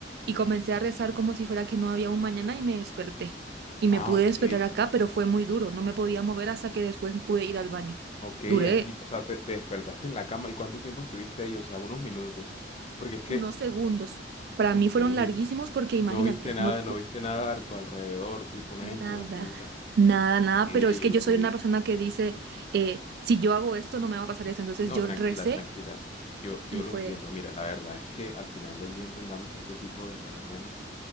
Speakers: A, on the right; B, on the left.
A: y comencé a rezar como si fuera que no había un mañana y me desperté. Y me
B: Ah,
A: pude
B: ok.
A: despertar acá, pero fue muy duro, no me podía mover hasta que después pude ir al baño.
B: Ok,
A: Duré
B: aquí, o sea, te, te despertaste en la cama. ¿Y cuánto tiempo estuviste ahí? O sea, unos minutos. Porque es que,
A: unos segundos. Para
B: ok,
A: mí fueron larguísimos porque imagínate,
B: no viste nada,
A: no,
B: no viste nada a tu alrededor, tipo un
A: Nada,
B: ente, una figura.
A: nada,
B: Ok,
A: nada, pero es que yo
B: ok.
A: soy una persona que dice, eh, si yo hago esto, no me va a pasar esto. Entonces
B: No,
A: yo
B: tranquila,
A: recé
B: tranquila. Yo, yo
A: y fue,
B: lo entiendo. Mira, la verdad es que al final del día entendamos que este tipo de fenómenos